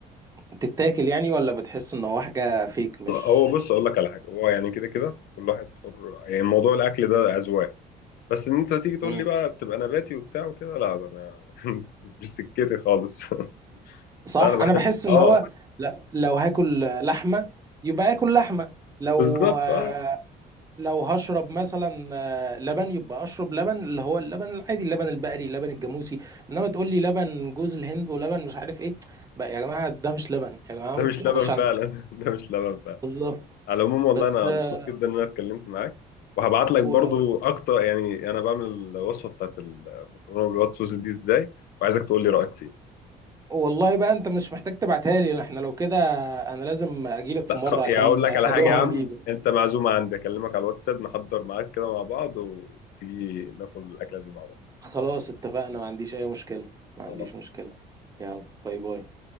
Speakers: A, on the right (about 20°); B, on the left (about 70°).
A: بتتاكل يعني ولا بتحس ان هو حاجة فيك مش
B: هو بص أقول لك على حاجة هو يعني كده كده كل واحد حر يعني موضوع الأكل ده أذواق بس إن أنت تيجي تقول
A: مم.
B: لي بقى تبقى نباتي وبتاع وكده لا ده أنا <laughs> مش سكتي خالص <laughs>
A: صح
B: لا أنا بحب
A: انا بحس ان
B: آه
A: هو لا لو هاكل لحمة يبقى اكل لحمة لو
B: بالظبط
A: آه،
B: آه
A: لو هشرب مثلا آه، لبن يبقى اشرب لبن اللي هو اللبن العادي اللبن البقري اللبن الجاموسي انما تقول لي لبن جوز الهند ولبن مش عارف ايه بقى يا جماعه ده مش لبن يا جماعه
B: ده
A: ما
B: مش
A: تضحكوش
B: لبن
A: على
B: فعلا
A: نفسكم
B: <laughs> ده مش لبن فعلا
A: بالظبط
B: على العموم والله
A: بس
B: انا
A: آه،
B: مبسوط جدا ان انا اتكلمت معاك وهبعت لك
A: و-
B: برضو اكتر يعني انا بعمل الوصفه بتاعت المكرونه بالوايت صوص دي ازاي وعايزك تقول لي رايك فيها
A: والله بقى انت مش محتاج تبعتها لي احنا لو كده انا لازم اجيلك
B: لا
A: في مره
B: خ...
A: عشان
B: يعني اقول لك
A: كده
B: على
A: ادوقها
B: حاجه يا
A: والله
B: عم
A: من ايدك
B: انت معزومه عندي اكلمك على الواتساب نحضر معاك كده مع بعض وتيجي ناكل الاكله دي مع بعض
A: خلاص اتفقنا ما عنديش اي مشكله ما عنديش
B: خلاص
A: مشكله يلا باي باي